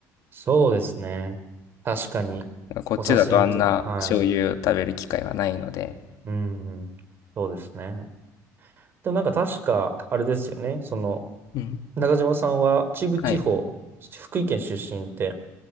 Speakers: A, on the right; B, on the left.
A: そうですね。確かに。
B: こっちだとあんな醤油を食べる機会はないので。
A: お刺身とか、はい。うん、そうですね。でもなんか確か、あれですよね。その、
B: うん。
A: 中島さんは秩父地方、
B: はい。
A: 福井県出身って、